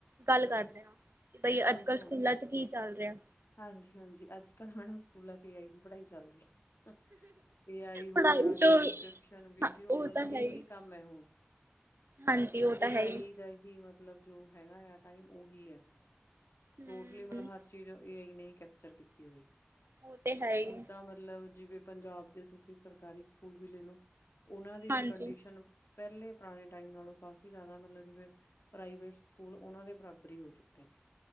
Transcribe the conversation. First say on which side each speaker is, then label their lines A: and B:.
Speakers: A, on the right (about 80°); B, on the left (about 85°).
A: ਗੱਲ ਕਰਦੇ ਹ ਬਈ
B: ਹਾਂਜੀ
A: ਅੱਜ ਕੱਲ੍ਹ
B: ਹਾਂਜੀ
A: ਸਕੂਾਂ ਚ ਕੀ ਚੱਲ ਰਿਹਾ
B: ਹਾਂਜੀ ਹਾਂਜੀ ਅੱਜ ਕੱਲ ਮੈਡਮ ਸਕੂਲਾਂ ਚ ਹੀ ਆਏਗੀ ਪੜ੍ਹਾਈ ਚੱਲ ਰਹੀ ਹੈ ਏ ਆਈ
A: ਪੜ੍ਹਾਈ
B: ਹੋ ਗਿਆ,
A: ਤੋਂ
B: ਟ੍ਰਾਂਸਕ੍ਰਿਪਸ਼ਨ ਵੀਡੀਓ
A: ਹਾਂ ਉਹ
B: ਮਤਲਬ
A: ਤਾਂ ਹੈ
B: ਇਹੀ
A: ਹੀ
B: ਕੰਮ ਹੈ ਹੁਣ
A: ਹਾਂਜੀ ਉਹ
B: ਇਹ
A: ਤਾਂ ਹੈ
B: ਆਈ
A: ਹੀ
B: ਦਾ ਹੀ ਮਤਲਬ ਮਤਲਬ ਜੋ ਹੈਗਾ ਆ ਟਾਈਮ ਉਹੀ ਹੈੁ
A: ਹਮ
B: ਟੋਟਲੀ ਮਤਲਬ ਹਰ ਚੀਜ਼ ਏ ਆਈ ਨੇ ਕੈਪਚਰ ਕੀਤੀ ਹੋਈ
A: ਉਹ ਤੇ ਹੈ ਹੀ
B: ਹੁਣ ਤਾਂ ਮਤਲਬ ਜਿਵੇਂ ਪੰਜਾਬ ਦੇ ਤੁਸੀਂ ਸਰਕਾਰੀ ਸਕੂਲ ਵੀ ਲੈ ਲਓ। ਉਹਨਾਂ ਦੀ ਵੀ
A: ਹਾਂਜੀ
B: ਕੰਡੀਸ਼ਨ ਪਹਿਲੇ ਪੁਰਾਣੇ ਟਾਈਮ ਨਾਲੋਂ ਕਾਫੀ ਜ਼ਿਆਦਾ ਮਤਲਬ ਜਿਵੇਂ ਪ੍ਰਾਈਵੇਟ ਸਕੂਲ ਉਹਨਾਂ ਦੇ ਬਰਾਬਰ ਹੀ ਹੋ ਚੁੱਕੇ ਨੇ।